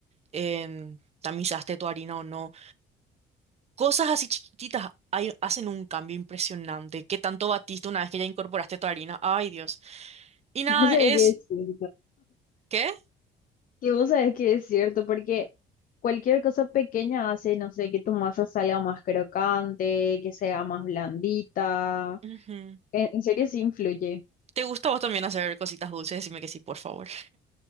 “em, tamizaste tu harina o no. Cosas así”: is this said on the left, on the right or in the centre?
Right